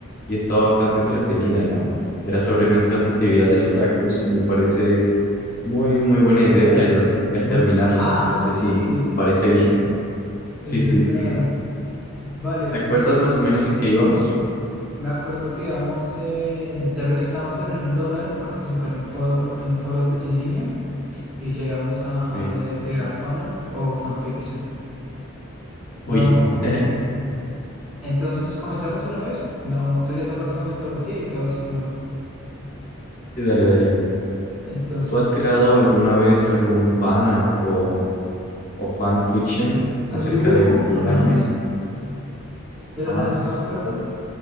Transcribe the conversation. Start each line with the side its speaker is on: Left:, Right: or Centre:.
Left: y estaba bastante entretenida, ¿no? Era sobre nuestras actividades otakus y me parece muy, muy buena idea el, el
Centre: Ajá.
Left: terminarla.
Centre: <laughs> Ah,
Left: Entonces,
Centre: sí,
Left: si te parece bien.
Centre: es
Left: Sí, sí.
Centre: verdad.
Left: <laughs>
Centre: Vale,
Left: ¿Te acuerdas
Centre: entonces
Left: más o menos en qué íbamos?
Centre: me acuerdo que vamos en, termi- estamos terminando de hablar en participar en, foro- en foros en línea. y llegamos a,
Left: Ok.
Centre: a lo de crear fanart o fanfiction. No,
Left: Uy, <laughs>
Centre: entonces comenzamos una vez. No, tú ya te acuerdas la metodología y todo, así que no.
Left: sí, dale, dale.
Centre: Entonces,
Left: ¿Tú has creado alguna vez algún fanart o... o fanfiction
Centre: un
Left: acerca
Centre: dibujo
Left: de, u-
Centre: jamás.
Left: de un anime,
Centre: Pero
Left: jamás.
Centre: ¿sabes qué me acuerdo?